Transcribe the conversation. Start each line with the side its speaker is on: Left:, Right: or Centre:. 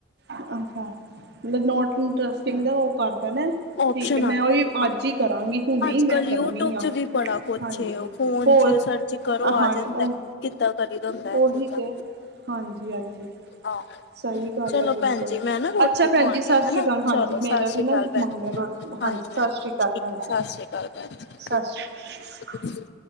Right: ਅੱਛਾ ਮਤਲਬ ਨੌਟ ਇੰਟਰਸਟਿੰਗ ਦਾ ਉਹ ਕਰਦਾ ਨਾ।
Left: ਓਪਸ਼ਨ
Right: ਠੀਕ ਹੈ।
Left: ਆਉਂਦਾ
Right: ਮੈਂ ਉਹੀ ਮੈ
Left: ਹਾਂ
Right: ਅੱਜ ਹੀ ਕਰਾਂਗੀ ਹੁਣੀ
Left: ਅੱਜ ਕੱਲ
Right: ਮੈਂ ਕਰਨੀ
Left: ਯੂਟਿਊਬ
Right: ਆ।
Left: ਚ ਵੀ ਬੜਾ ਕੁਛ
Right: ਹਾਂਜੀ
Left: ਏ ਉਹ ਫੋਨ
Right: ਹੋਰ
Left: ਚ ਸਰਚ ਕਰੋ ਆ
Right: ਹਾਂ
Left: ਜਾਂਦਾ।
Right: ਉਹ
Left: ਕਿਦਾਂ ਕਰੀਦਾ ਹੁੰਦਾ ਏਹ
Right: ਉਹੀ
Left: ਚੀਜਾਂ।
Right: ਤੇ ਹਾਂਜੀ! ਹਾਂਜੀ।
Left: ਹਾਂ
Right: ਸਹੀ ਗੱਲ
Left: ਚਲੋ।
Right: ਹੈ ਬਿਲਕੁਲ
Left: ਭੈਣਜੀ ਮੈਂ ਨਾ ਰੋਟੀ
Right: ਅੱਛਾ
Left: ਖਵਾਉਣੀ
Right: ਭੈਣ ਜੀ ਸਤਿ
Left: ਆ ਹਨਾ
Right: ਸ਼੍ਰੀ ਅਕਾਲ
Left: ਚਲੋ
Right: ਹਾਂਜੀ ਮੇਰਾ
Left: ਸਤਿ ਸ਼੍ਰੀ
Right: ਵੀ
Left: ਅਕਾਲ
Right: ਨਾ
Left: ਭੈਣਜੀ
Right: ਮੰਗਣਾ ਰੋਟੀ
Left: ਹਾਂਜੀ!
Right: ਸਤਿ
Left: ਹਾਂਜੀ।
Right: ਸ਼੍ਰੀ ਅਕਾਲ
Left: ਠੀਕ
Right: ਭੈਣ
Left: ਏ
Right: ਜੀ
Left: ਸਤਿ ਸ੍ਰੀ ਅਕਾਲ ਭੈਣ ਜੀ
Right: ਸਤਿ ਸ਼੍ਰੀ
Left: <unintelligible>
Right: <unintelligible>